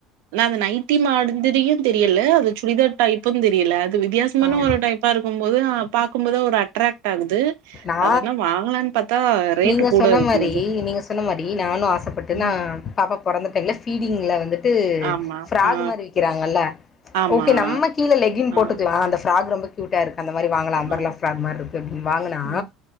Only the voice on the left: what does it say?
ஆமா
நா
நீங்க
சொன்ன
மாரி நீங்க சொன்ன மாரி நானு ஆசப்பட்டு நா
பாப்பா பொறந்த டைம்ல ஃபீடிங்ல வந்துட்டு
ஃப்ராக்
மாரி விக்கிறாங்கல்ல
ஓகே நம்ம கீழ் லெகின் போட்டுக்லா
அந்த ஃப்ராக் ரொம்ப க்கிவிட்டாரு அந்த மாரி வாங்கலா அம்பர்ல்லா
ஃப்ராக் மார்ருக்கு வாங்குனா